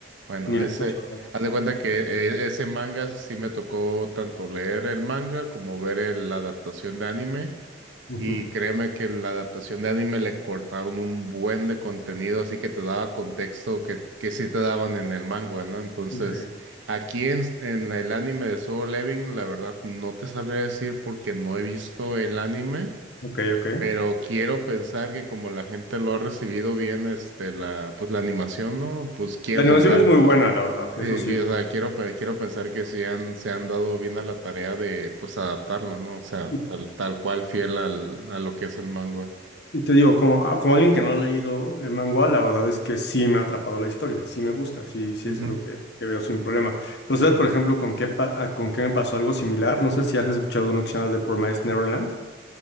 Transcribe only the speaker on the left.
ni le
escucho hablar.
Ujú,
Ok,
ok, ok.
La animación
es muy buena, la verdad, eso
sí.
Y,
y te digo, como, ah, como alguien que no ha leído el manga, la verdad es que sí me ha atrapado la historia, sí me gusta, sí, sí
es algo que, que veo sin problema. Pero ¿sabes, por ejemplo, con qué, pa- ah, con qué me pasó algo similar? No sé si has escuchado uno que se llama The Promised Neverland.